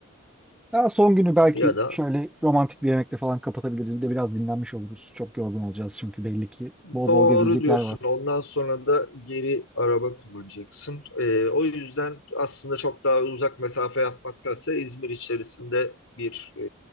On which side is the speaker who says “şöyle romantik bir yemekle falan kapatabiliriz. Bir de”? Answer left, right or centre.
Centre